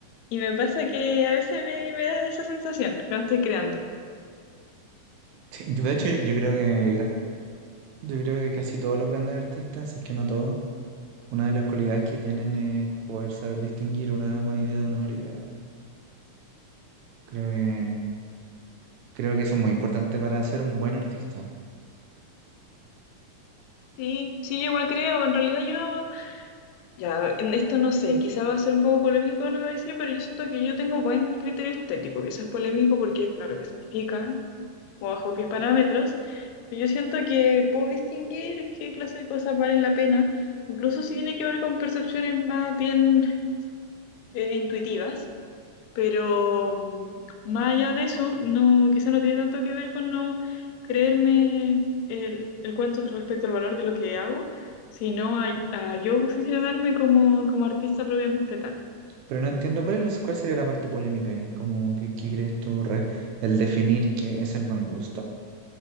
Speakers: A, on the left; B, on the right.
A: Y me pasa que a veces me, me da esa sensación cuando estoy creando.
B: Sí, yo- de hecho, yo creo que gra- yo creo que casi todos los grandes artistas, si es que no todos, una de las cualidades que tienen es poder saber distinguir una buena idea de una mala idea. Creo que, creo que eso es muy importante para ser un buen artista.
A: Sí, sí, yo igual creo, en realidad yo Ya, en esto no sé, quizá va a ser un poco polémico lo que voy a decir, pero yo siento que yo tengo buen criterio estético, que eso es polémico porque, claro, ¿qué significa? O bajo qué parámetros. Pero yo siento que puedo distinguir qué clase de cosas valen la pena, incluso si tiene que ver con percepciones más bien eh, intuitivas. Pero mm, más allá de eso, no, quizá no tiene tanto que ver con no creerme el, el cuento respecto al valor de lo que hago, sino a, a yo posicionarme como, como artista propiamente tal.
B: Pero no entiendo cuál es, cuál sería la parte polémica ahí, como qué qué crees tú, Re, el definir qué es el buen gusto.